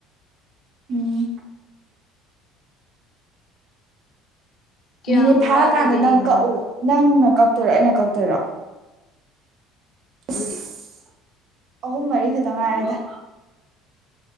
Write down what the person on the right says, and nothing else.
ꯎꯝ
ꯃꯤꯅꯤꯠ ꯐꯥꯔꯀꯥꯟꯗ
ꯅꯪ
ꯀꯛꯑꯣ ꯅꯪꯅ ꯀꯛꯇꯣꯏꯔꯣ ꯑꯩꯅ ꯀꯛꯇꯣꯏꯔꯣ ꯑꯁ
ꯑꯍꯨꯝ ꯃꯔꯤ ꯈꯛꯇꯪ ꯉꯥꯏꯔꯦꯗ